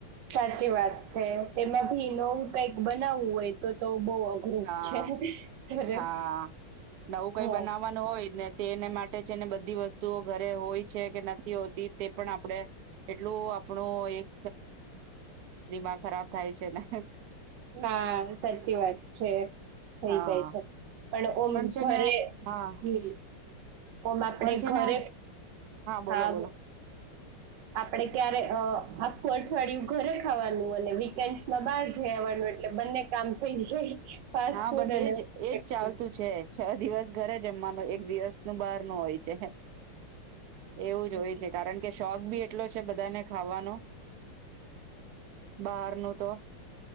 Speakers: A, on the right; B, on the right.
A: સાચી વાત છે તેમાં ભી નવું કઈક બનાવવું હોય તો તો બહ અઘરું
B: હા
A: છે ઘરે
B: હા નવું કઈ
A: હા
B: બનાવવાનું હોય જ ને તેને માટે છે ને બધી વસ્તુઓ ઘરે હોય છે કે નથી હોતી તે પણ આપણેે એટલું આપણું એક દિમાગ ખરાબ થાય છે ને
A: હા સાચી વાત છે થઈ
B: હા
A: જાય છે પણ ઓમ
B: છે
A: ઘરે
B: ને હા
A: હમ ઓમ આપડે
B: પણ છે
A: ઘરે
B: ને બોલો
A: હા
B: બોલો
A: આપડે ક્યારે અઠવાડિયું ઘરે ખાવાનું અને વીકેન્ડમાં બહાર જઈ આવવાનું એટલે બંને કામ થઈ જાય ફાસ્ટ
B: હા
A: ફૂડ
B: બસ
A: અને
B: એજ એજ
A: ફૂડ
B: ચાલતું છેજ છ દિવસ ઘરે જમવાનું એક દિવસ નું બહાર નું હોય છે એવું
A: હમ
B: જ હોય છે કારણ કે શોખ બી એટલો છે બધાને ખાવાનો બહાર ન તો